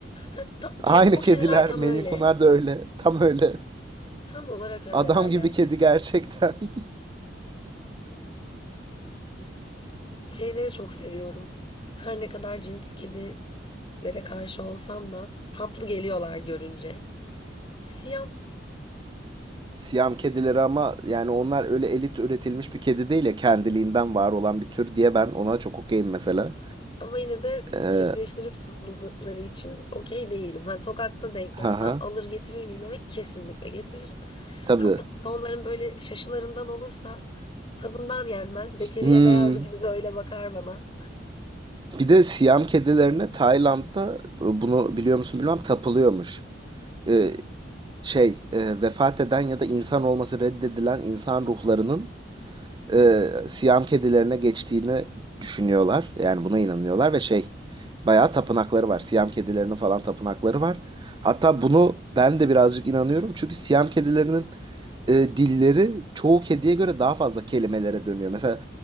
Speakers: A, on the left (about 30°); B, on the right (about 25°).
A: Ha, ta- ked-
B: Aynı
A: o
B: kediler.
A: kediler tam
B: Melin
A: öyle.
B: Kunar da öyle. Tam öyle.
A: Tam olarak öyleler
B: Adam
A: gerçekten.
B: gibi kedi gerçekten. <laughs>
A: Şeyleri çok seviyorum. Her ne kadar cins kedilere karşı olsam da tatlı geliyorlar görünce. Siyam
B: Siyam kedileri ama yani onlar öyle elit üretilmiş bir kedi değil ya kendiliğinden var olan bir tür diye ben ona çok okeyim mesela.
A: Ama yine de
B: Ee,
A: çiftleştirip satıldıkları için okey değilim. Ha, sokakta denk
B: haha.
A: gelsem alır getirir miyim eve? Kesinlikle getiririm.
B: Tabii.
A: Hatta bir de onların böyle şaşılarından olursa tadından yenmez. Zekeriya
B: Hmm.
A: Beyaz gibi böyle bakar bana.
B: Bir de Siyam kedilerine Tayland'da bunu biliyor musun bilmem tapılıyormuş. Ee, şey e, vefat eden ya da insan olması reddedilen insan ruhlarının e, Siyam kedilerine geçtiğini düşünüyorlar. Yani buna inanıyorlar ve şey bayağı tapınakları var. Siyam kedilerinin falan tapınakları var. Hatta bunu ben de birazcık inanıyorum. Çünkü Siyam kedilerinin e, dilleri çoğu kediye göre daha fazla kelimelere dönüyor. Mesela